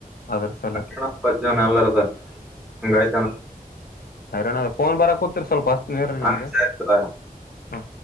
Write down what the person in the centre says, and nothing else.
ಅಪ್ಪಣ್ಣಅಪ್ಪ ಅಜ್ಜ ನಲ್ಲರದ ಹಂಗಾಯ್ತನ್
ಹಾ ಸರಿ